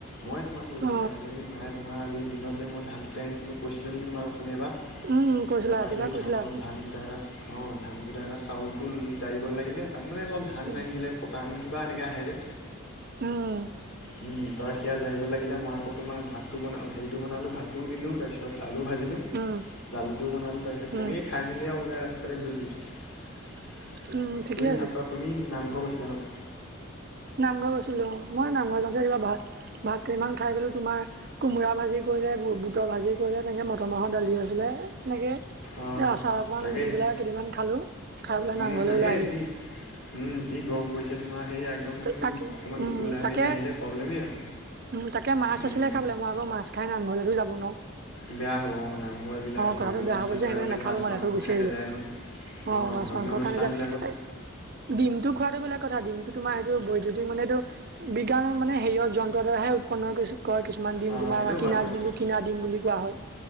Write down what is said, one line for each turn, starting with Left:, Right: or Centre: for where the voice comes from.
Left: মই তোমাক কৰিলগীয়া
Right: অ
Left: হ'ল, এই মায় তোমাৰ আজি দিনত যে মই ধান কুতাই আনিছিলোঁ কৈছিলোঁ নেকি তোমাৰ উঠনি এবাৰ।
Right: উম কৈছিলা
Left: তাৰপৰা
Right: ৰাতিপুৱা
Left: সেই
Right: কৈছিলা
Left: ধানৰ ধান- অঁ' ধান কুটাই এনা চাউলটো জাৰিব লাগিলে তাত মানে অলপ
Right: উম
Left: ধান লাগিছিলে পতান- কিবা এনেকে আহে যে।
Right: উমঁ।
Left: উমঁ' ত' সেয়া যাৰিব লাগিলে মই আকৌ তোমাৰ ভাতটো বনা, হেৰিটো বনালো, ভাতটোও দিলো তাৰপিছত- তাৰপিছত আলু ভাজিলো,
Right: উম
Left: দালিটো বনালো তাৰপিছত
Right: উম
Left: তেনেকে খাই- খাই মিলি ওলাই আৰু ৰাস্তাতে ঘূৰি ফুৰিছোঁ,
Right: উম ঠিকে
Left: তুমি
Right: আছে
Left: ভাত <unintelligible> তুমি নামঘৰ গৈছিলা ন'?
Right: নামঘৰ গৈছিলা অঁ' মই নামঘৰ যাওঁতে কিবা ভাত- ভাত কেইমান খাই গ'লো তোমাৰ কোমোৰা ভাজি কৰিলে বু তৰ ভাজি কৰিলে তেনেকৈ মটৰ মাহৰ দালি আছিলে তেনেকে।
Left: অঁ
Right: আচাৰ অকমান
Left: তাকেহে
Right: দি পেলাই কেইদিমান খালো, খাই পেলাই
Left: উম
Right: নামঘৰলৈ
Left: তাকে
Right: ওলাই আহিলো।
Left: যি উম, যি গৰম পৰিছে তোমাৰ সেই একদম
Right: তাকে
Left: অকণমান
Right: উম
Left: ওলাই
Right: তাকে
Left: মেলি নাহিলে প্ৰব্লেমেই হয়
Right: উম তাকে মাছ
Left: উম
Right: আছিলে খাবলে। মই আকৌ মাছ খাই নামঘৰলৈটো যাব নোৱাৰোঁ।
Left: বেয়া হ'ব, নামঘৰ এইবিলাক ধৰ্মীয়
Right: কথাটো বেয়া
Left: অনুষ্ঠানবিলাকলে
Right: হৈ গৈছে সেইকাৰণে নাখালো
Left: মাছ
Right: মানে
Left: মাংস
Right: থৈ গুচি
Left: খাই
Right: আহিলো
Left: নাযায় নহয়।
Right: অ',
Left: অঁ ধৰ্মীয়
Right: মাংসৰ
Left: অনুষ্ঠানবিলাকত
Right: কাৰণে যায়, এ ডিমটো খোৱাটো বেলেগ কথা। ডিম তোমাৰ সেইটো বৈদ্যুতিক মানে এইটো বিজ্ঞান মানে হেৰিয়ত যন্ত্ৰৰ দ্বাৰাহে উৎপন্ন কৰ কিছু কিছুমান ডিম
Left: অঁ
Right: তোমাৰ
Left: সেইটো হয়
Right: কিনা
Left: বাৰু
Right: যোনটো কিনা ডিম বুলি কোৱা হয়।